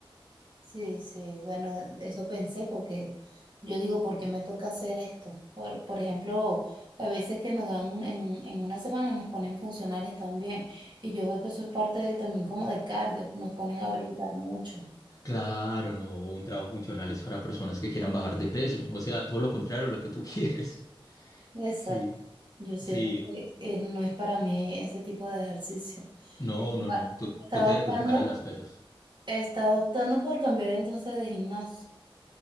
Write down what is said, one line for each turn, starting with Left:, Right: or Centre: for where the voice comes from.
Right: Sí, sí, bueno, eso pensé porque yo digo, ¿por qué me toca hacer esto? Por, por ejemplo, a veces que nos dan un- en, en una semana nos ponen funcionales también y yo veo que eso es parte de- también como de cardio, nos ponen a brincar mucho.
Left: Claro, no, un trabajo funcional es para personas que quieran bajar de peso. O sea, todo lo contrario a lo que tú <laughs> quieres.
Right: Exacto,
Left: Sí,
Right: yo siento
Left: sí.
Right: que eh, no es para mí ese tipo de ejercicio.
Left: No,
Right: Estaba
Left: no, no. Tú,
Right: estaba
Left: tú te
Right: optando,
Left: debes de enfocar en las pesas.
Right: estaba optando por cambiar entonces de gimnasio,